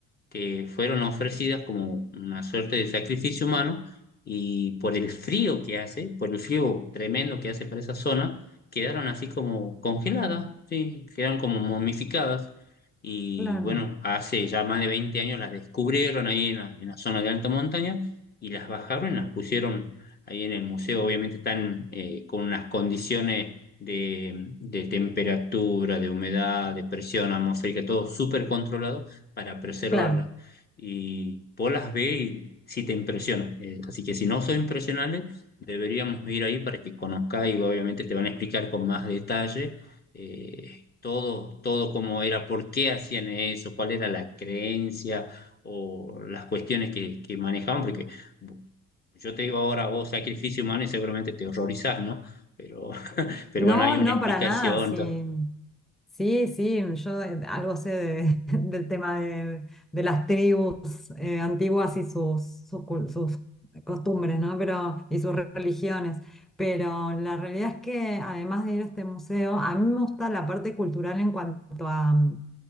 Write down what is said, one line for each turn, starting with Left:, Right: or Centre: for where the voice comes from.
Left: que fueron ofrecidas como una suerte de sacrificio humano y por el frío que hace, por el frío tremendo que hace para esa zona, quedaron así como congeladas, sí, quedaron como momificadas y
Centre: claro,
Left: bueno, hace ya más de 20 años las descubrieron ahí en la, en la zona de alta montaña y las bajaron y las pusieron ahí en el museo, obviamente están eh, con unas condiciones de, de temperatura, de humedad, de presión atmosférica, todo súper controlado para preservarlas.
Centre: claro.
Left: Y vos las ve y sí te impresionan. Eh, así que si no sos impresionable, deberíamos ir ahí para que conozcas y obviamente te van a explicar con más detalle eh, todo, todo cómo era, por qué hacían eso, cuál era la creencia o las cuestiones que, que manejaban, porque yo te digo ahora vos sacrificio humano y seguramente te horrorizás, ¿no? Pero, <laughs> pero
Centre: No,
Left: bueno, hay una
Centre: no,
Left: explicación,
Centre: para nada, sí.
Left: entonces,
Centre: Sí, sí, yo eh, algo sé de- <laughs> del tema de, de las tribus eh, antiguas y sus, sus, cul- sus costumbres, ¿no? Pero, y sus religiones. Pero la realidad es que además de ir a este museo, a mí me gusta la parte cultural en cuanto a, mm,